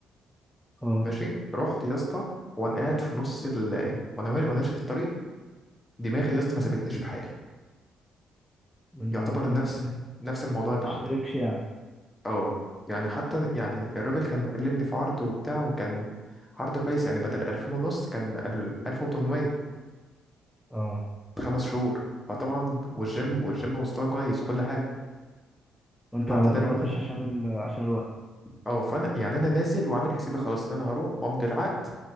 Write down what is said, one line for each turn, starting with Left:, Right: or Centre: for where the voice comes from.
Centre: اه
Left: ماشي رحت يا اسطى وانا قاعد في نص ال وانا وا- وانا ماشي في الطريق دماغي يا اسطى ما سابتنيش في حالي
Centre: من
Left: يعتبر
Centre: بتقول
Left: نفس
Centre: ما
Left: نفس الموضوع
Centre: ما
Left: اللي
Centre: تشتركش
Left: عندك
Centre: يعني
Left: اه يعني حتى يعني الراجل كان مكلمني في عرض وبتاع وكان عرض كويس يعني بدل ألفين ونص كان ألف وتمنمية
Centre: اه
Left: خمس شهور فطبعا والجيم والجيم مستواه كويس وكل حاجة
Centre: وانت
Left: حتى
Centre: انت
Left: ده
Centre: ما
Left: لو كان
Centre: رحتش عشان ال... عشان الوقت
Left: اه فأنا يعني أنا نازل وعامل حسابي خلاص إن أنا هروح وأمضي العقد